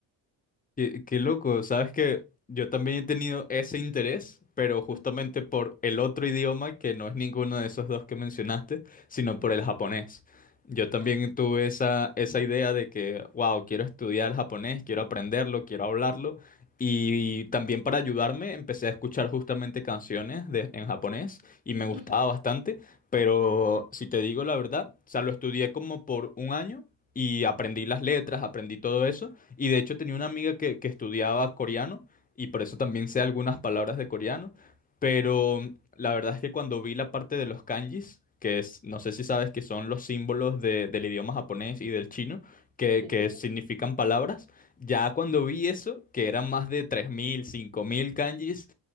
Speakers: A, on the left; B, on the right.
A: Qué, qué loco, sabes que yo también he tenido ese interés, pero justamente
B: Ujú.
A: por el otro idioma que no es ninguno de esos dos que mencionaste, sino por el japonés. Yo también
B: <laughs> Ah,
A: tuve esa, esa idea de que, wow, quiero estudiar japonés, quiero aprenderlo, quiero hablarlo. Y, también para ayudarme empecé a escuchar justamente canciones de- en japonés y me gustaba
B: ujú.
A: bastante, pero si te digo la verdad, o sea, lo estudié como por un año y aprendí las letras, aprendí todo eso y de hecho tenía una amiga que, que estudiaba coreano y por eso también sé
B: Sí,
A: algunas palabras de coreano, pero la verdad es que cuando vi la parte de los kanjis, que es, no sé si sabes que son los símbolos de- del idioma japonés y del chino, que,
B: sí,
A: que
B: sí,
A: significan
B: sí.
A: palabras, ya cuando vi eso, que eran más de tres mil cinco mil kanjis,